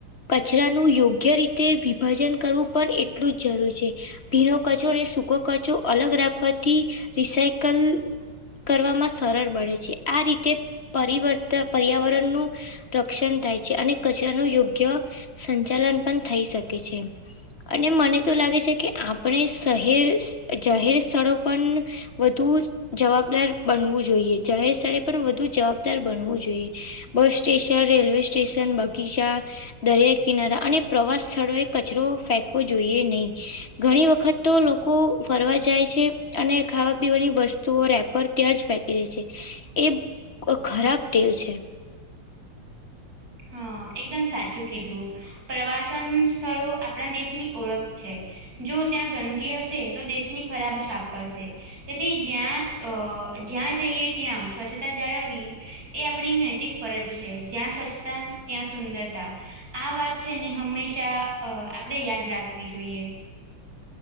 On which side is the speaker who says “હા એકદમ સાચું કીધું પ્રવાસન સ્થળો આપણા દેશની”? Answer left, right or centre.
Right